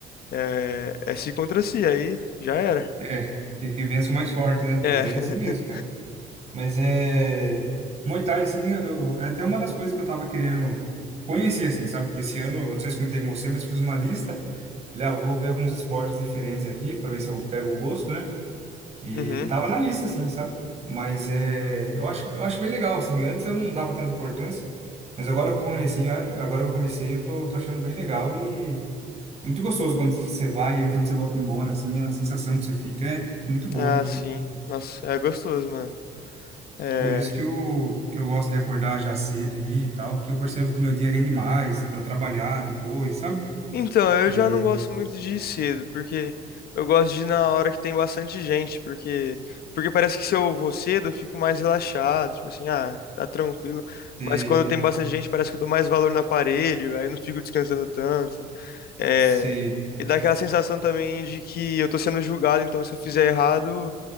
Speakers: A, on the left; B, on the right.
A: é, é si contra si, aí já era.
B: É, que que vença o mais forte, né?
A: É.
B: É bem
A: <laughs>
B: assim mesmo, cara. Mas é. Muay Thai, assim, eu, eu- é até uma das coisas que eu tava querendo conhecer, assim, sabe? Esse ano, eu não sei se comentei com você, mas fiz uma lista. Falei, ah, vou ver alguns esportes diferentes aqui, pra ver se eu pego o gosto, né? E
A: Uhum.
B: tava na lista, assim, sabe? Mas é. Eu acho, eu acho bem legal, assim. Antes eu não dava tanta importância, mas agora que eu comecei, agora que eu comecei, eu tô, tô achando bem legal e. é Muito gostoso quando você vai e quando você volta embora, assim, a sensação que você fica é muito boa,
A: Ah,
B: né?
A: sim. Nossa, é gostoso, mano. É,
B: Por isso que eu, que eu gosto de acordar já cedo e ir e tal, que eu percebo que o meu dia rende mais para trabalhar depois, sabe?
A: Então, eu
B: E
A: já não gosto muito de ir cedo, porque eu gosto de ir na hora que tem bastante gente, porque porque parece que se eu vou cedo, eu fico mais relaxado, tipo assim, ah, tá tranquilo.
B: sei,
A: Mas quando
B: sei,
A: tem bastante gente, parece que eu dou mais valor no aparelho, aí eu não fico descansando tanto. É,
B: sei,
A: e dá aquela sensação também de que eu tô sendo julgado, então se eu fizer errado,